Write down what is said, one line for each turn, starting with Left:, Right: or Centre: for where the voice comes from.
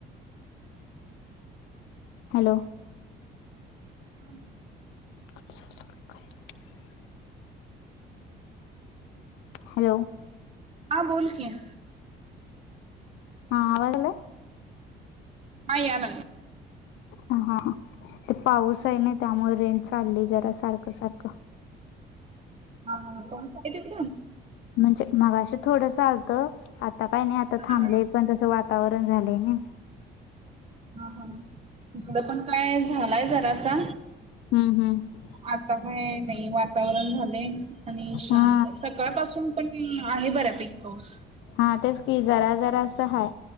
Left: हॅलो.
Right: हा बोल.
Left: <inaudible> हॅलो.
Right: हा बोल क.
Left: हा आजला
Right: माय आन
Left: ह हा. ते पाऊस आहे ना त्यामुळे रेन चालली जरा सारखं सारखं.
Right: हा ह कोण सळी ते क
Left: म्हणजे मगं थोडं चालतं आता काय नाही आता
Right: हां.
Left: थांबले पण तस वा. वातावरण झालेय ना.
Right: हा हा तकड पण काय झालाय जरासा.
Left: हम्म हम्म
Right: आता काय नाही वातावरण झाले आणि शांत
Left: हा
Right: सकाळपासून पण आहे बऱ्या पिकबाऊस
Left: हा तेच की जरा जरा असं हा